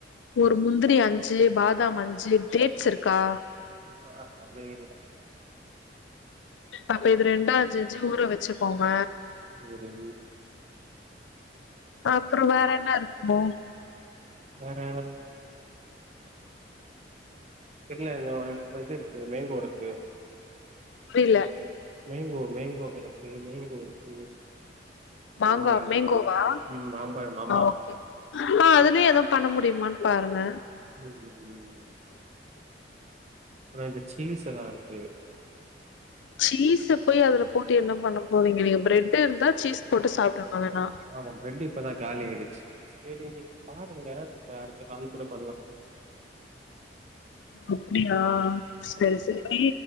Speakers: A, on the left; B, on the right.
A: ஒரு முந்திரி அஞ்சு பாதாம் அஞ்சு கிரேப்ஸ் இருக்கா
B: ஆ அது இல்ல
A: அப்ப இது ரெண்டும் அஞ்சு அஞ்சு ஊற வச்சுக்கோங்க
B: ஹலோ ஜெமினி
A: அப்புறம் வேற என்ன இருக்குமோ
B: வேற தெரியல இ இது இருக்கு மேங்கோ இருக்கு
A: புரியல
B: மேங்கோ மேங்கோ கிடக்கு மேங்கோ இருக்கு
A: மாங்கா
B: மாம்பழம்
A: மேங்கோவா
B: ம் மாம்பழம் ஆமா
A: ஓகே ஆ அதுலயும் எதா பண்ண முடியுமானு பாருங்க
B: ம் ம் ம் அப்புறம் இந்த சீஸ் எல்லாம் இருக்கு
A: சீஸ போய் அதுல போட்டு என்ன பண்ண போறீங்க நீங்க பிரெட்டு் இருந்தா சீஸ் போட்டு சாப்பிடுங்க வேணா
B: ஆமாம் பிரெட் இப்பதான் காலி ஆயிடுச்சு சரி நீங்க பாருங்க நம்ம அடுத்த கால கூட பண்லாம்
A: அப்படியா சரி சரி